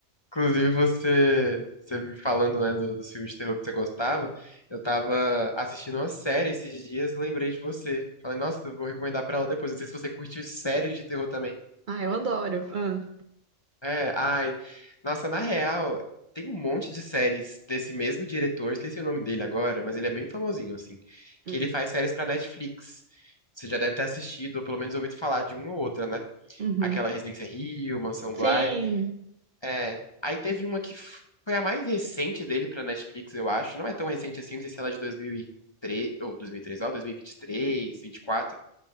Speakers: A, on the left; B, on the right.
A: Inclusive, você, você me falando, né, do- dos filmes de terror que você gostava, eu tava assistindo uma série esses dias e lembrei de você. Falei, nossa, eu vou recomendar pra ela depois. Não sei se você curte séries de terror também.
B: Ah, eu adoro. Ah,
A: É, ai. Nossa, na real, tem um monte de séries desse mesmo diretor, esqueci o nome dele agora, mas ele é bem famosinho, assim,
B: Hum.
A: que ele faz séries pra Netflix. Você já deve ter assistido, ou pelo menos ouvido falar de uma ou outra, né?
B: uhum.
A: Aquela Residência Rio, Mansão
B: Sim,
A: Bly. É, aí teve uma que f- foi a mais recente dele pra Netflix, eu acho. Não é tão recente assim, não sei se ela é de dois mil e três ou 2003, ó, 2023, 24.